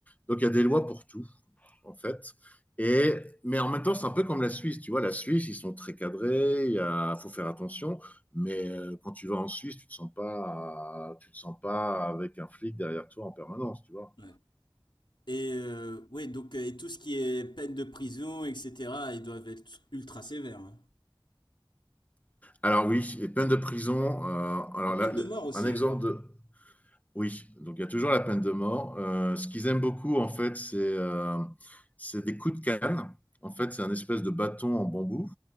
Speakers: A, on the left; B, on the left.
A: Donc il y a des lois pour tout en fait. Et, mais en même temps, c'est un peu comme la Suisse. Tu vois, la Suisse, ils sont très cadrés, il y a- faut faire attention. Mais euh, quand tu vas en Suisse, tu ne te sens pas, tu te sens pas avec un flic derrière toi en permanence, tu vois.
B: ouais. Et euh, ouais, donc euh, et tout ce qui est peine de prison, etc., ils doivent être ultra sévères. hein.
A: Alors oui, les peines de prison. euh, alors
B: La peine
A: là,
B: de mort aussi
A: un exemple
B: là-bas.
A: de, Oui, donc il y a toujours la peine de mort. Euh, ce qu'ils aiment beaucoup, en fait, c'est euh, c'est des coups de canne. En fait, c'est un espèce de bâton en bambou.